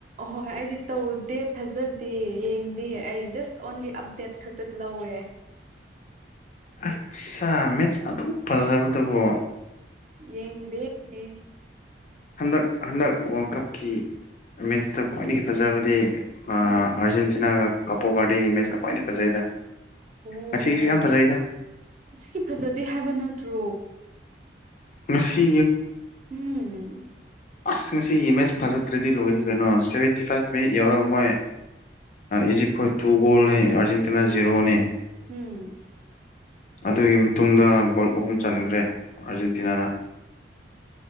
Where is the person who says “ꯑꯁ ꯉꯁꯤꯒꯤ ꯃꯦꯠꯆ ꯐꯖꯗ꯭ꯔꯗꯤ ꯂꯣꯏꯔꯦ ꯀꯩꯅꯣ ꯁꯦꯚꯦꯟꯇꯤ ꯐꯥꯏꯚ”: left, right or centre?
Left